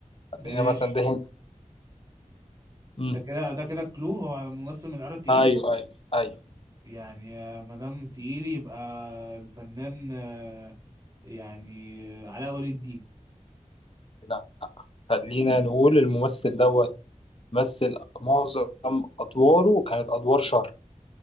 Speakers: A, on the right; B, on the left.
A: ماشي
B: خلينا مثلا ده هند
A: ده
B: امم
A: كده ده كده كلو هو ممثل من العيار التقيل
B: ايوه ايوه ايوه
A: يعني ما دام تقيل يبقى الفنان آه، يعني آه، علاء ولي الدين
B: لا خلينا نقول الممثل دوت مثل معظم ادواره كانت ادوار شر